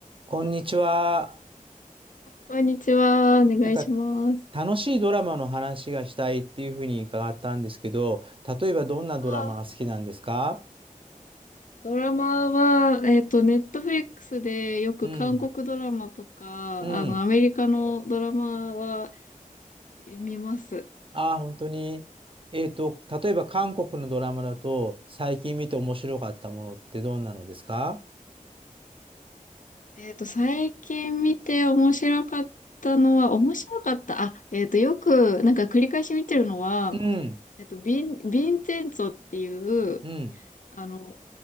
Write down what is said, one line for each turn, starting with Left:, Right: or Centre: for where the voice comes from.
Right: こんにちは。
Left: こんにちは。お願いします。
Right: なんか楽しいドラマの話がしたいっていうふうに伺ったんですけど、例えばどんなドラマが好きなんですか
Left: あードラマは、えっと、ネットフリックスでよく韓国ドラマとか、
Right: うん。うん。
Left: あの、アメリカのドラマはえ見ます。
Right: ああ、本当に。えっと、例えば韓国のドラマだと、最近見て面白かったものってどんなのですか
Left: えっと、最近見て面白かったのは、面白かった。あ、えっと、よく、なんか繰り返し見てるのは、
Right: うん。
Left: えっと、ビン、ビンチェンツォっていう、
Right: うん。
Left: あの、